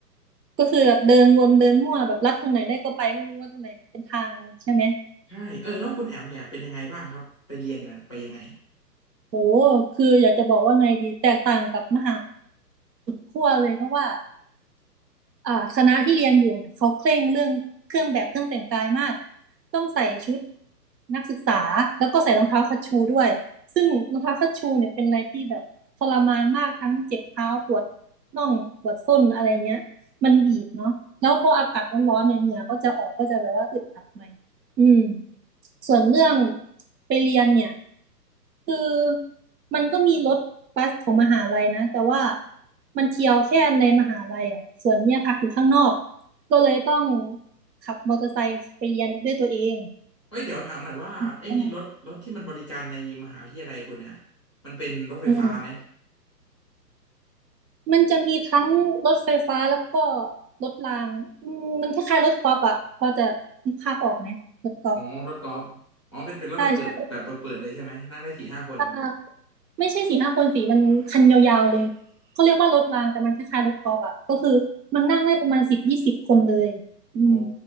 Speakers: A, on the right; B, on the left.
A: ก็คือแบบเดินวนเดินมั่วแบบลัดทางไหนได้ก็ไปไม่รู้ว่าตรงไหนเป็นทางใช่ไหม
B: ใช่เออแล้วคุณแอมเนี่ยเป็นยังไงบ้างครับไปเรียนน่ะไปยังไง
A: โหคืออยากจะบอกว่าไงดีแตกต่างกับมหาขั้วเลยเพราะว่าอ่าคณะที่เรียนอยู่น่ะเขาเคร่งเรื่องเครื่องแบบเครื่องแต่งกายมากต้องใส่ชุดนักศึกษาแล้วก็ใส่รองเท้าคัชชูด้วยซึ่งรองเท้าคัชชูเนี่ยเป็นอะไรที่แบบทรมานมากทั้งเจ็บเท้าปวดน่องปวดส้นอะไรเงี้ยมันบีบเนาะแล้วพออากาศร้อนๆเนี่ยเหงื่อก็จะออกก็จะแบบว่าอึดอัดหน่อยอืม ส่วนเรื่องไปเรียนเนี่ยคือมันก็มีรถบัสของมหาลัยนะแต่ว่ามันเที่ยวแค่ในมหาลัยอ่ะส่วนเนี่ยพักอยู่ข้างนอกก็เลยต้องขับมอเตอร์ไซค์ไปเรียนด้วยตัวเอง
B: เฮ้ยเดี๋ยวถามหน่อยว่าไอ้รถรถที่มันบริการในมหาวิทยาลัยคุณเนี่ย
A: อืม
B: มันเป็นรถไฟฟ้าไหม
A: อืมมันจะมีทั้งรถไฟฟ้าแล้วก็รถรางอืมมันคล้ายๆรถกอล์ฟอ่ะพอจะนึกภาพออกไหมรถกอล์ฟ
B: อ๋อรถกอล์ฟอ๋อเป็นเป็นรถแบบเปิดแบบเปิดเปิดเลยใช่ไหมนั่งได้สี่ห้าคน
A: ใช่ใช่ ไม่ใช่สี่ห้าคนสีมันคันยาวๆเลยเขาเรียกว่ารถรางแต่มันคล้ายๆรถกอล์ฟอ่ะก็คือมันนั่งได้ประมาณสิบยี่สิบคนเลยอืม
B: อ๋อ